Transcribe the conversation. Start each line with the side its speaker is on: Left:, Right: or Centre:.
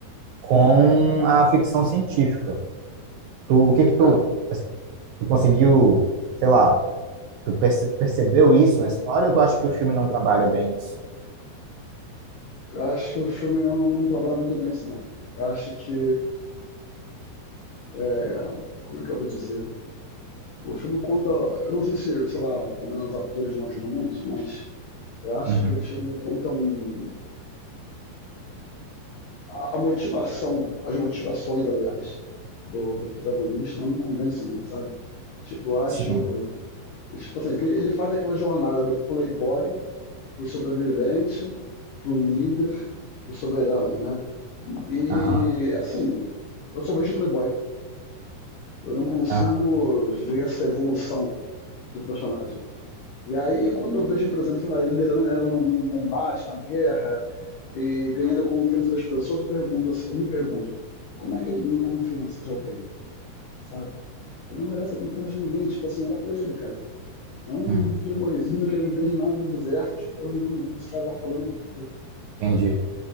Right: com a ficção científica. Tu, o que que tu,
Left: É,
Right: tu conseguiu, sei lá, tu perce- percebeu isso na história ou tu acha que o filme não trabalha bem isso?
Left: eu acho que o filme não, não trabalha muito bem isso, não. Eu acho que. é, como é que eu vou dizer? O filme conta. Eu não sei se, sei lá, também os atores não ajudam muito, mas eu acho
Right: Uhum.
Left: que o filme conta um, a, a motivação, as motivações, aliás, do, do protagonista não me convence muito, sabe? Tipo, eu acho.
Right: Sim,
Left: Tipo assim, ele faz aquela jornada do playboy para o sobrevivente, para o líder, para o soberano, né? E,
Right: aham,
Left: assim, eu só vejo o Playboy. Eu não consigo
Right: aham,
Left: ver essa evolução do personagem. E aí, quando eu vejo, por exemplo, ele liderando a galera num, combate, na guerra, e ganhando a confiança das pessoas, eu pergunto assim, eu me pergunto, como é que ele ganha confiança de alguém, sabe? Ele não merece a confiança de ninguém, tipo assim, nada pra ele, cara. É um
Right: hum,
Left: playboyzinho que ele não entende nada do deserto, tipo, porra nenhuma, o que esse cara tá falando, entendeu?
Right: entendi.